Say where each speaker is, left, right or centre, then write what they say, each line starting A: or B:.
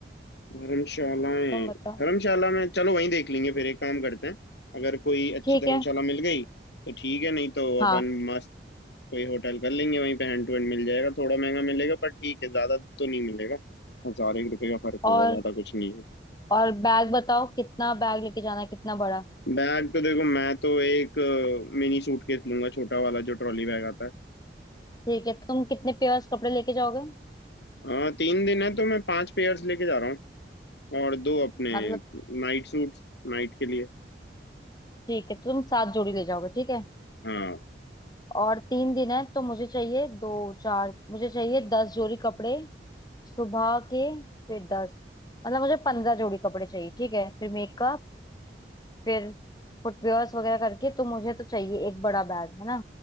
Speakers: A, on the left (about 75°); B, on the left (about 20°).
A: धर्मशालाएं
B: तुम बताओ
A: धर्मशाला में चलो वहीं देख लेंगे फिर एक काम करते हैं अगर कोई अच्छी
B: ठीक
A: धर्मशाला
B: है
A: मिल गई तो ठीक है नहीं तो
B: हाँ
A: अपन मस्त कोई होटल कर लेंगे वहीं पे हैंड टू हैंड मिल जाएगा थोड़ा महंगा मिलेगा पर ठीक है ज्यादा तो नहीं मिलेगा हजार एक रुपये का फर्क होगा
B: और
A: ज्यादा कुछ नहीं है
B: और बैग बताओ कितना बैग लेके जाना है कितना बड़ा
A: बैग तो देखो मैं तो एक मिनी सूटकेस लूंगा छोटा वाला जो ट्रॉली बैग आता है
B: ठीक है तुम कितने पेयर्स कपड़े लेके जाओगे
A: हाँ तीन दिन है तो मैं पांच पेयर्स लेके जा रहा हूँ और दो अपने
B: मतलब
A: नाइट सूट्स नाइट के लिए
B: ठीक है तुम सात जोड़ी ले जाओगे ठीक है
A: हाँ
B: और तीन दिन है तो मुझे चाहिए दो चार मुझे चाहिए दस जोड़ी कपड़े सुबह के फिर दस मतलब मुझे पंद्रह जोड़ी कपड़े चाहिए ठीक है फिर मेकअप फिर फुटवेयर्स वगैरह करके तो मुझे तो चाहिए एक बड़ा बैग है ना